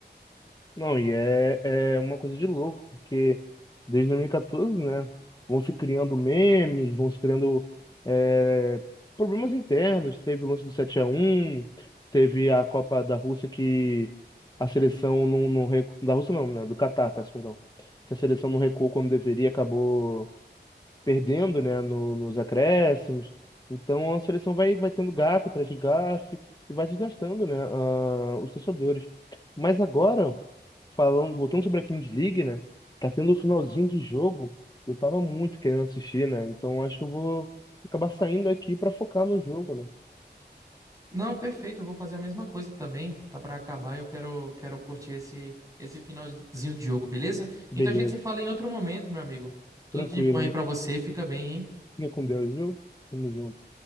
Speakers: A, on the left; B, on the right.
A: Não, e é, é uma coisa de louco, porque desde 2014, né, vão se criando memes, vão se criando é, problemas internos. Teve o lance do sete a um, teve a Copa da Rússia que a seleção não, não recu... da Rússia não, né, do Catar, peço perdão, que a seleção não recuou quando deveria, acabou perdendo, né, no- nos acréscimos. Então a seleção vai, vai tendo gafe atrás de gafe e vai desgastando, né, ah, os torcedores. Mas agora, falando, voltando sobre a Kings League, né, tá tendo o finalzinho de jogo. Eu tava muito querendo assistir, né? Então acho que eu vou acabar saindo aqui para focar no jogo, né?
B: Não, perfeito, eu vou fazer a mesma coisa também. Tá pra acabar, eu quero quero curtir esse esse finalzinho de jogo, beleza?
A: Beleza.
B: Então a gente se fala em outro momento, meu amigo. Tudo
A: Tranquilo.
B: de bom aí pra você, fica bem, hein?
A: Fica com Deus, viu? Tamo junto.